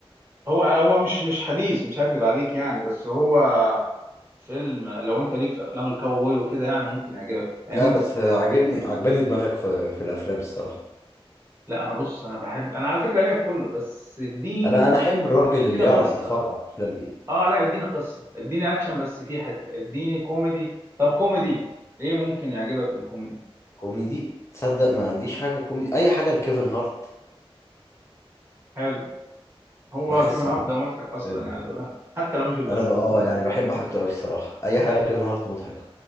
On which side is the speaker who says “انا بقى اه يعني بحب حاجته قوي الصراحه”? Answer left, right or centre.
Left